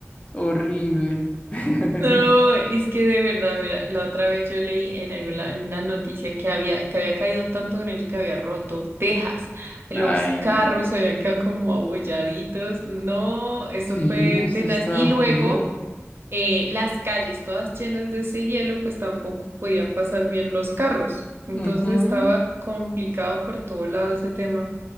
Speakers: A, on the left (about 30°); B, on the right (about 55°).
A: horrible. <laughs>
B: No, es que de verdad, mira, la otra vez yo leí en alguna en una noticia que había, que había caído tanto granizo que había roto tejas, los
A: Ay,
B: carros
A: no.
B: se habían quedado como abolladitos, no, eso
A: Sí,
B: fue
A: eso
B: tenaz.
A: está
B: Y luego
A: feo.
B: eh, las calles todas llenas de ese hielo, pues tampoco podían pasar bien los carros. Entonces
A: Ujú,
B: estaba complicado por todo lado ese tema.